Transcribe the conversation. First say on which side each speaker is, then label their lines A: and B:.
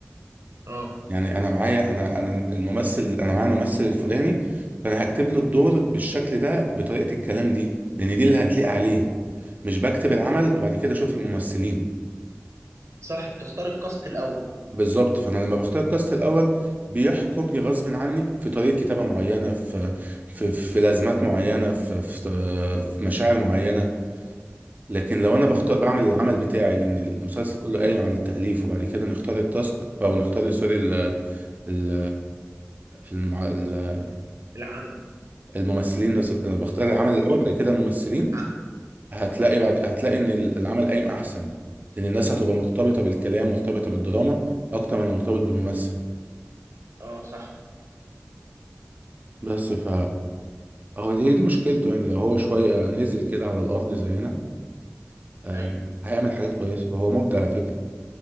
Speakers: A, on the right (about 75°); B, on the right (about 35°).
A: اه
B: يعني انا معايا انا انا الممثل انا معايا الممثل الفلاني فانا هكتب له الدور بالشكل ده بطريقه الكلام دي لان دي اللي هتليق عليه مش بكتب العمل وبعد كده اشوف الممثلين
A: صح بتختار الكاست الاول
B: بالظبط فانا لما بختار الكاست الاول بيحكمني غصب عني في طريقه كتابه معينه في في في لازمات معينه في في في مشاعر معينه لكن لو انا بختار بعمل العمل بتاعي لان المسلسل كله قايم على التأليف وبعد كده نختار التاسك او نختار سوري ال ال المع- ال-
A: العمل
B: الممثلين انا بختار العمل الاول بعد كده الممثلين
A: اه
B: هتلاقي بعد هتلاقي ان العمل قايم احسن لان الناس هتبقى مرتبطة بالكلام مرتبطة بالدراما اكتر من مرتبط بالممثل
A: اه صح
B: بس ف هو دي دي مشكلته يعني لو هو شوية نزل كده على الارض زينا آه،
A: ايوه
B: هيعمل حاجات كويسة هو مبدع على فكرة